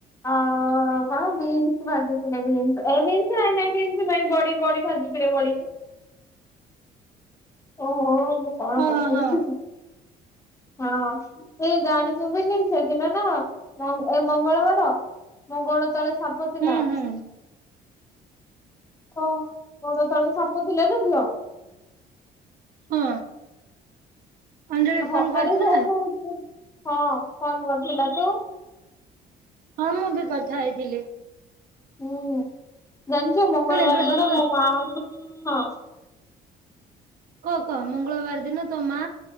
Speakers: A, on the left; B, on the right.
A: ଆଉ କଣ ବିନ୍ସ ଭାଜି କଇଲେ ବିନସ ଏଇ ବିନସ ନାଇଁ ନାଇଁ ବିନସ ନାଇଁ ବଡି ବଡି ଭାଜି ଥିଲେ ବଡି। ଓହୋ ମୁଁ କଣ
B: ହଁ
A: କଉଚି
B: ହଁ
A: ଆସିକି। ହଁ ଏ ଜାଣି ଥିବିନି ସେଦିନ ନା ମ ଏ ମଙ୍ଗଳବାର। ମୋ ଗୋଡ ତଳେ ସାପ ଥିଲା।
B: ହୁଁ ହୁଁ
A: କୋଉ ଗୋଡ ତଳେ ସାପ ଥିଲା ଲୋ ଝିଅ।
B: ହଁ ଅଞ୍ଜଳି
A: ହଁ
B: ଫୋନ କରିଥିଲା।
A: ଆରେ ହଉ କହୁଛି ହଁ, ଫୋନ୍ କରିଥିଲା ତ।
B: ହଁ, ମୁଁ ବି କଥା ହେଇଥିଲି।
A: ହୁଁ, ଜାଣିଚ ମଙ୍ଗଳବାର
B: ଶୁଣେ ଗୋଟେ
A: ଦିନ
B: ହସ
A: ମୋ ମା ଆଉ ମୁଁ ହଁ।
B: କ କ ମଙ୍ଗଳବାର ଦିନ ତୋ ମା